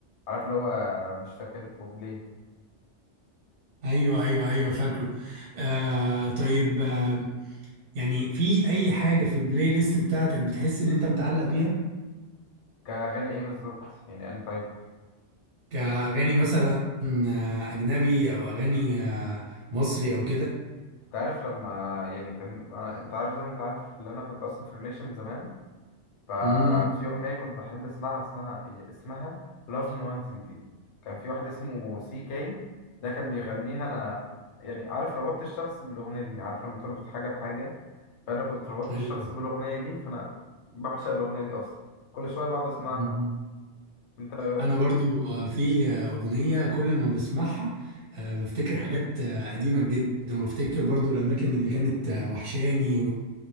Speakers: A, on the left (about 75°); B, on the right (about 75°).
A: عارف اللي هو مش فاكر كوبليه
B: ايوه ايوه ايوه فاكره آه طيب آه يعني في اي حاجه في البلاي ليست بتاعتك بتحس ان انت متعلق بيها
A: كأغاني ايه بالظبط يعني أنا طيب
B: كاغاني مثلا آه اجنبي او اغاني آه مصري او كده
A: انت عارف لما يعني كان أنا انت عارف زي ما انت عارف اللي انا كنت اصلا في ريليشن زمان ففي
B: امم
A: أغنية كنت بحب اسمعها اسمها اسمها Love Nonentity كان في واحد اسمه سي كي ده كان بيغنيها أنا يعني عارف ربطت الشخص بالأغنية دي عارف لما تربط حاجة بحاجة فأنا كنت ربطت
B: ايوه
A: الشخص بالأغنية دي فأنا بعشق الأغنية دي أصلا كل شوية بقعد أسمعها
B: مم.
A: أنت
B: انا برضو
A: في
B: آه، في آه، اغنيه كل ما بسمعها آه بفتكر حاجات آه قديمه جدا وبفتكر برضو الاماكن اللي كانت آه، وحشاني